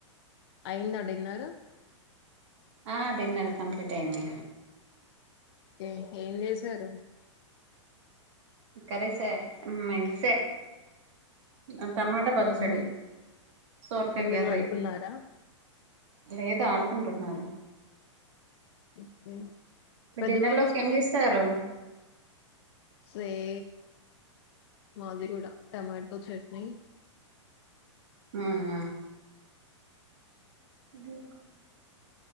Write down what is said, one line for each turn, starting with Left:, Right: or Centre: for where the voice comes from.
Left: అయింద డిన్నర్
Right: ఆ డిన్నర్ కంప్లీట్ అయి్యంది
Left: ఏ ఏం చేసారు
Right: కరేసే మైల్ సే అ టమాటా పచ్చడి
Left: హుహు.
Right: సొరకాయ
Left: పిల్లలు
Right: గర్రి
Left: పడుకున్నారా?
Right: లేదు ఆడుకుంటున్నారు.
Left: ఓకే పదబాబు
Right: డిన్నర్ లోకి
Left: స్కూల్
Right: ఏం చేస్తారు
Left: స ఏ మాది టమాటో చట్నీ
Right: అవునా దకు